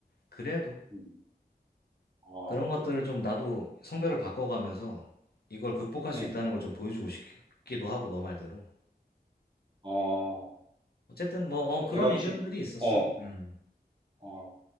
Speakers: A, on the left; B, on the right.
A: 그래도.
B: 음. 아
A: 그런 것들을
B: 그래
A: 좀 나도 성별을 바꿔가면서 이걸 극복할
B: 음.
A: 수 있다는 걸 좀 보여주고 싶기도 하고, 너 말대로.
B: 아
A: 어쨌든 뭐, 어,
B: 그래
A: 그런
B: 내가
A: 의견들이
B: 지어
A: 있었어. 음.
B: 어,